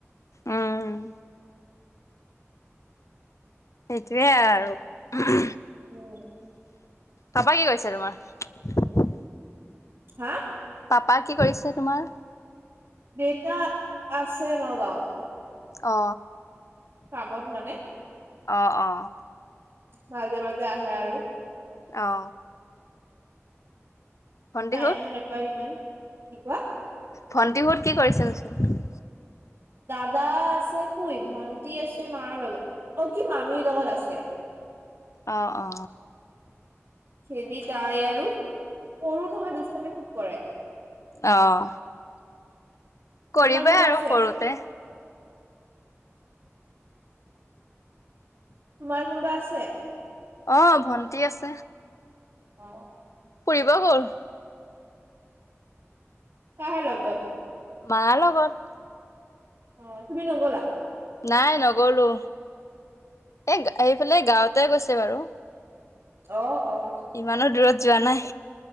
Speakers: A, on the left (about 85°); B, on the right (about 55°).
A: উম সেইটোৱে আৰু উমহো।
B: উম
A: পাপা কি কৈছে তোমাৰ?
B: হা?
A: পাপা কি কৰিছে তোমাৰ?
B: দেউতা আছে নগাঁৱত।
A: অ।
B: কামত মানে।
A: অ অ।
B: মাজে মাজে আহে আৰু।
A: অ। ভণ্টিহঁত?
B: টাইমো নাপায় ইমান। কি কোৱা?
A: ভণ্টিহঁত কি কৰিছিল চোন?
B: দাদা আছে শুই ভন্টি আছে মাৰ লগত অ কি মামীৰ লগত আছে।
A: অ অ।
B: খেদি তাই আৰু, সৰু নহয় দুষ্টামি খুব কৰে।
A: আহ। কৰিবই
B: তোমাৰ কোনোবা
A: আৰু
B: আছে?
A: সৰু কৰোতে।
B: তোমাৰ কোনোবা আছে?
A: অহ ভন্টি আছে।
B: অ।
A: ফুৰিব গ'ল।
B: কাৰ লগত?
A: মাৰ লগত।
B: অ তুমি নগ'লা?
A: নাই নগলো। এই আহিফালে গাঁৱতে গৈছে বাৰু।
B: অ। অ'।
A: ইমানো দূৰত যোৱা নাই।